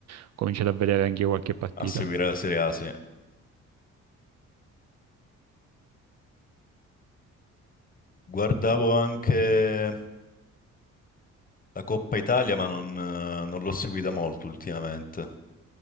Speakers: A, on the right; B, on the left.
A: ho cominciato a vedere anche io qualche partita.
B: A seguire la Serie A, sì. Guardavo anche. La Coppa Italia, ma non, eh, non l'ho seguita molto ultimamente.